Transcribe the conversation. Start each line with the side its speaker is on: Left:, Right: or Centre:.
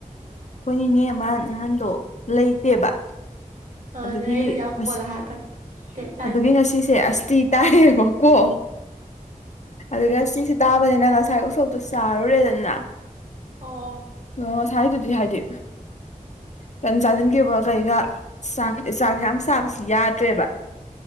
Left: ꯑꯩꯈꯣꯏ ꯅꯤꯅꯦ ꯑꯃꯥ ꯅꯍꯥꯟꯗꯣ ꯂꯩꯇꯦꯕ
Right: ꯑꯥ
Left: ꯑꯗꯨꯒꯤ
Right: ꯅꯔꯩꯗꯨ ꯌꯥꯝ
Left: ꯑꯁ
Right: ꯀꯣꯜꯂ ꯍꯥꯏꯔꯀꯟ ꯇꯥꯅꯤꯡꯇꯦ
Left: ꯑꯗꯨꯒꯤ ꯉꯁꯤꯁꯦ ꯑꯁꯇꯤ ꯇꯥꯏꯌꯦꯕꯀꯣ ꯑꯗꯨ ꯑꯁꯇꯤꯁꯤ ꯇꯥꯕꯅꯤꯅ ꯉꯁꯥꯏ ꯎꯁꯣꯞꯇꯣ ꯆꯥꯔꯨꯔꯦꯗꯅ
Right: ꯑꯣ
Left: ꯑꯣ ꯉꯁꯥꯏꯗꯨꯗꯤ ꯍꯥꯏꯗꯤ ꯇꯟ ꯆꯥꯁꯤꯟꯈꯤꯕꯒ ꯀꯩꯒ ꯆꯥꯛ ꯆꯥꯛꯁꯦ ꯌꯥꯝ ꯁꯥꯕꯁꯨ ꯌꯥꯗ꯭ꯔꯦꯕ